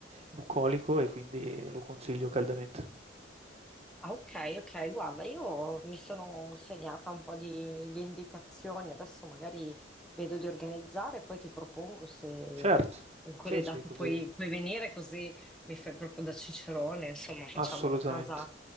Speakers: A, on the right (about 35°); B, in the centre.
A: bucolico e quindi lo consiglio caldamente.
B: Ah, ok, ok, guarda, io mi sono segnata un po' di, di indicazioni, adesso magari vedo di organizzare e poi ti propongo se
A: Cert
B: in quelle
A: sì, sì,
B: date
A: così
B: puoi, puoi venire così mi fai proprio da cicerone, insomma facciamo
A: assolutamente.
B: una cosa,